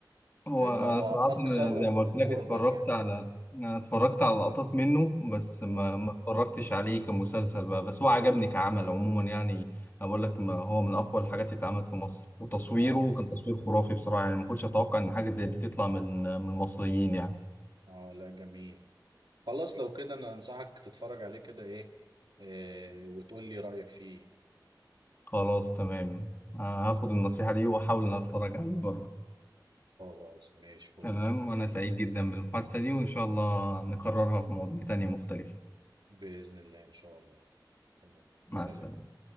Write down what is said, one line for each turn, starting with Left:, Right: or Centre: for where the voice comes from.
Left: هو
Right: لان
Left: أنا
Right: هو
Left: صراحة
Right: اكثرهم
Left: أنا زي ما قلت لك
Right: قربا
Left: اتفرجت
Right: يعني
Left: على أنا اتفرجت على لقطات منه بس
Right: امم
Left: ما ما اتفرجتش عليه كمسلسل بقى بس هو عجبني كعمل عموما يعني أنا بقول لك ما هو من أقوى الحاجات اللي اتعملت في مصر وتصويره
Right: اه
Left: كان تصوير خرافي بصراحة يعني ما كنتش أتوقع إن حاجة زي دي تطلع من من المصريين يعني
Right: اه لا جميل خلاص لو كده انا انصحك تتفرج عليه كده ايه, إيه وتقول لي رأيك فيه
Left: خلاص تمام آه، هاخد النصيحة دي وأحاول إن أنا أتفرج عليه برضه
Right: خلاص ماشي فل
Left: تمام
Right: بإذن
Left: وأنا
Right: الله
Left: سعيد جدا بالمحادثة دي وإن شاء الله نكررها في مواضيع تانية مختلفة
Right: بإذن الله إن شاء الله تمام
Left: مع
Right: سلام
Left: السلامة